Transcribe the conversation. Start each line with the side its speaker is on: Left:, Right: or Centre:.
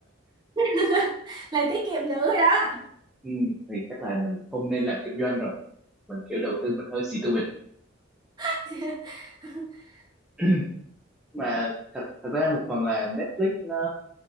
Right: <laughs> Lại tiết kiệm dữ rồi đó.
Centre: ừ, thì chắc là mình không nên làm kinh doanh rồi mình kiểu đầu tư mình hơi xì bịch
Right: <laughs>
Centre: <clears throat> mà thật thật ra một phần là Netflix nó